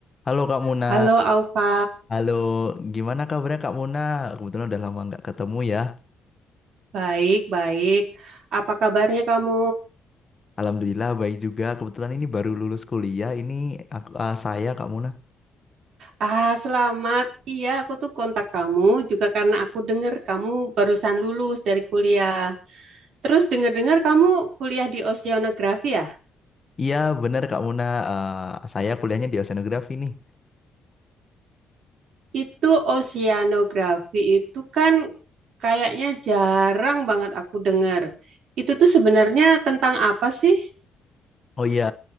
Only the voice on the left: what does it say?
Halo Kak Muna,
halo gimana kabarnya Kak Muna? Kebetulan udah lama nggak ketemu ya.
Alhamdulillah baik juga. Kebetulan ini baru lulus kuliah. Ini aku, ah, saya Kak Muna.
Iya bener Kak Muna, Ah, saya kuliahnya di oceanografi nih.
Oh iya,